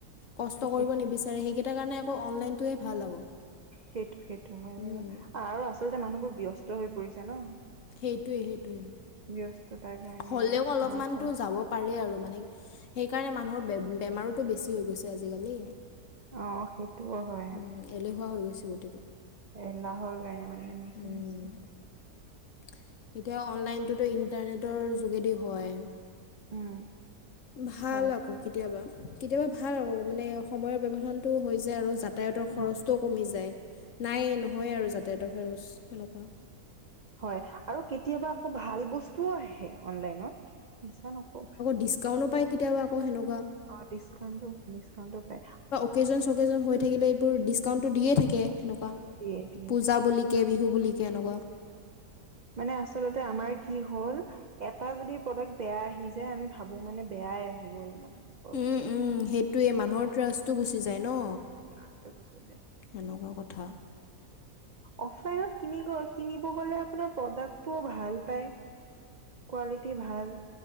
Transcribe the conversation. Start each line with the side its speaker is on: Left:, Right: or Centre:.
Left: কষ্ট কৰিব
Right: সেইটো
Left: নিবিচাৰে সেইকেইটাৰ কাৰনে আকৌ অনলাইনটো এ ভাল আকৌ
Right: সেইটো সেইটো হয়
Left: উম
Right: বাৰু আৰু আচলতে মানুহবোৰ ব্যস্ত হৈ পৰিছে ন
Left: সেইটোয়ে সেইটোয়ে
Right: ব্যস্ততাৰ কাৰণে
Left: হ'লেও অলপমানতো
Right: ইমান সম
Left: যাব পাৰে আৰু মানে, সেইকাৰণে মানুহৰ বে-বেমাৰোতো বেছি হৈ গৈছে আজিকালি।
Right: অ সেইটোও হয়।
Left: উম, এলেহুৱা হৈ গৈছে গোটেইটো।
Right: এলাহোৰ কাৰণে মানে এনেকুৱা
Left: উম
Right: হৈছে
Left: এতিয়া অনলাইনতো ইণ্টাৰনেটৰ যোগেদি হয়
Right: উম।
Left: ভাল
Right: হয়
Left: আকৌ কেতিয়াবা, কেতিয়াবা ভাল আকৌ, মানে সময়ৰ ব্যবধানতটো হৈ যায় আৰু যাত যাতায়তৰ
Right: অ
Left: খৰচটো কমি যায়, নাই নহয় আৰু যাতায়তৰ খৰচ সেনেকুৱা।
Right: হয় আৰু কেতিয়াবা আকৌ ভাল বস্তুও আহে অনলাইনত মিছা নক
Left: ডিচকাউণ্টো পায় কেতিয়াবা আকৌ সেনেকুৱা।
Right: অ ডিছকাউণ্ট ডিছকাউণ্ট পায়।
Left: অকেজন-ছকেজন হৈ থাকিলে এইবোৰ ডিছকাউণ্টটো দিয়েই থাকে সেনেকুৱা,
Right: দিয়ে দিয়ে
Left: পূজা
Right: দিয়ে
Left: বুলি কে বিহু বুলি কে এনেকুৱা।
Right: মানে আচলতে আমাৰ কি হ'ল এটা যদি প্ৰডাক্ট বেয়া আহি যায় আমি ভাবো মানে বেয়াই আহি গ'ল মানে।
Left: উম,
Right: ভাবো,
Left: উম সেইটোৱে মানুহৰ ট্ৰাছটো গুচি যায় ন।
Right: ট্ৰাছটো গুচি যায়।
Left: এনেকুৱা কথা।
Right: অফলাইনত কিনি কিনিব গ'লে আপোনাৰ প্ৰডাক্টটোও ভাল পায়। কোৱালিটি ভাল।